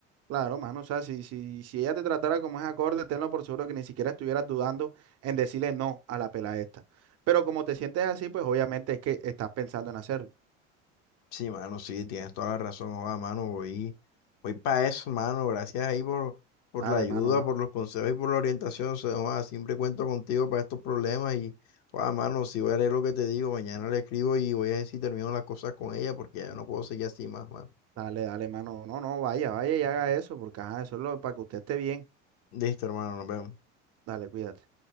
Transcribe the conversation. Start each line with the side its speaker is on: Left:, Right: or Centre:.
Right: Claro, mano. O sea, si, si, si ella te tratara como es acorde, tenlo por seguro que ni siquiera estuvieras dudando en decirle no a la pela esta. Pero como te sientes así, pues obviamente es que estás pensando en hacerlo.
Left: Sí, mano, sí, tienes toda la razón, joda, mano, voy, voy para eso, mano, gracias ahí por, por
Right: Dale,
Left: la ayuda,
Right: mano, va.
Left: por los consejos y por la orientación, o sea, joda, siempre cuento contigo para estos problemas y, joda, mano, si voy a leer lo que te digo, mañana le escribo y voy a ver si termino las cosas con ella porque ya no puedo seguir así más, mano.
Right: Dale, dale, mano. No, no, vaya, vaya y haga eso, porque ajá, eso es lo, para que usted esté bien.
Left: Listo, hermano, nos vemos.
Right: Dale, cuídate.